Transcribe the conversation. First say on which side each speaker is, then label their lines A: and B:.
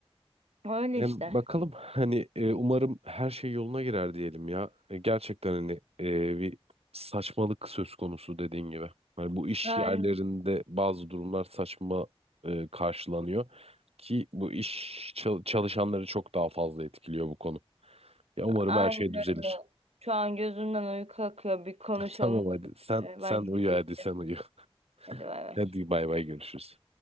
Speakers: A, on the right; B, on the right.
A: Öyle
B: Yani
A: işte.
B: bakalım hani e, umarım her şey yoluna girer diyelim ya. E, gerçekten hani e, bir saçmalık söz konusu dediğin gibi. Hani bu iş
A: Aynen,
B: yerlerinde bazı durumlar saçma e, karşılanıyor ki bu iş çal- çalışanları çok daha fazla etkiliyor bu konu. Ya umarım
A: aynen
B: her şey düzelir.
A: öyle. Şu an gözümden uyku akıyor. Bir konuşalım.
B: <laughs> Tamam hadi
A: dedik.
B: sen
A: E,
B: sen
A: Ben gidip
B: uyu
A: uyuyacağım.
B: hadi sen uyu.
A: Hadi bay
B: <laughs>
A: bay.
B: Hadi bay bay görüşürüz.